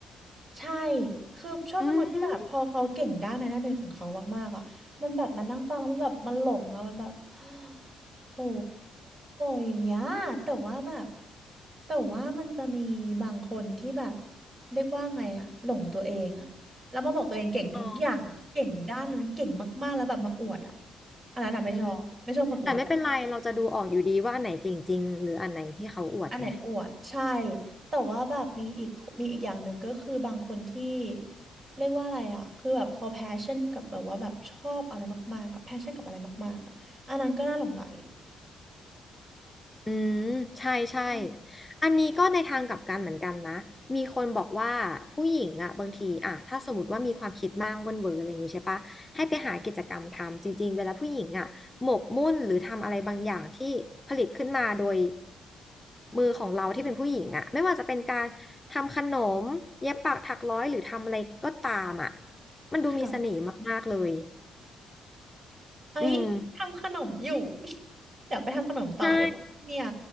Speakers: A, on the right (about 40°); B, on the left (about 15°).
A: ใช่คือชอบเป็นคนที่แบบพอเขาเก่งด้านในด้านหนึ่งของเขามากๆอ่ะมันแบบมันนั่งฟังแล้วมันแบบมันหลงอ่ะมันแบบ
B: อืม
A: <gasps> โอ้อย่างเงี้ยแต่ว่าแบบแต่ว่ามันจะมีบางคนที่แบบเรียกว่าไงอ่ะหลงตัวเองอ่ะแล้วมาบอกตัวเองเก่งทุกอย่างอะเก่งด้านนั้นเก่งมากๆแล้วแบบมาอวดอ่ะ
B: อ๋อ
A: อันนั้นอ่ะไม่ชอบไม่ชอบคนอวด
B: อืมแต่ไม่เป็นไรเราจะดูออกอยู่ดีว่าอันไหนเก่งจริงหรืออันไหนที่เขาอวดไง
A: อันไหนอวดใช่แต่ว่าแบบมีอีกมีอีกอย่างหนึ่งก็คือบางคนที่เรียกว่าอะไรอ่ะคือแบบเขาแพชชั่นกับแบบว่าแบบชอบอะไรมากๆอ่ะแพชชั่นกับอะไรมากๆอ่ะอันนั้นก็น่าหลงใหล
B: อืมใช่ใช่
A: อืม
B: อันนี้ก็ในทางกลับกันเหมือนกันนะมีคนบอกว่าผู้หญิงอ่ะบางทีอ่ะถ้าสมมติว่ามีความคิดมากเว่นเวออะไรอย่างงี้ใช่ปะให้ไปหากิจกรรมทำจริงๆเวลาผู้หญิงอ่ะหมกมุ่นหรือทำอะไรบางอย่างที่ผลิตขึ้นมาโดยมือของเราที่เป็นผู้หญิงอ่ะไม่ว่าจะเป็นการทำขนมเย็บปักถักร้อยหรือทำอะไรก็ตามอ่ะมันดูมีเสน่ห์มากๆเลย
A: ค่ะเอ้ยทำขนมอยู่
B: อืม
A: <laughs> เดี๋ยวไปทำขนมต่อเลยก่อนเนี่ย
B: ใช่